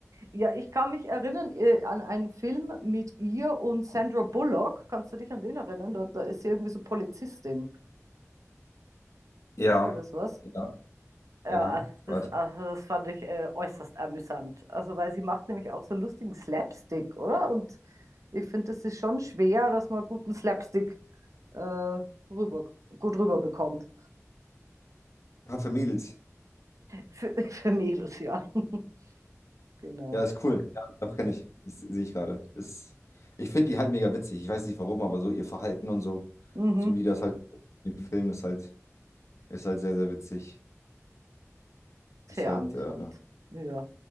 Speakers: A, on the right; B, on the left.
A: Ja, ich kann mich erinnern äh, an einen Film mit ihr und Sandra Bullock. Kannst du dich an den erinnern? Da, da ist sie irgendwie so Polizistin.
B: Ja,
A: Sagt dir das was?
B: ja,
A: Ja,
B: ja.
A: ach, das,
B: Warte.
A: also das fand ich äh, äußerst amüsant. Also, weil sie macht nämlich auch so lustigen Slapstick, oder? Und ich finde, es ist schon schwer, dass man guten Slapstick äh, rüber, gut rüberbekommt.
B: Paar für Mädels.
A: Für, <laughs> für Mädels, ja. <laughs> Genau.
B: Ja, ist cool. Ja, doch kenne ich. Ich sehe ich gerade. Ist, ich finde die halt mega witzig. Ich weiß nicht warum, aber so ihr Verhalten und so,
A: Mhm.
B: so wie das halt im Film ist halt, ist halt sehr, sehr witzig.
A: Sehr
B: Ist halt.
A: amüsant.
B: Äh,
A: Ja.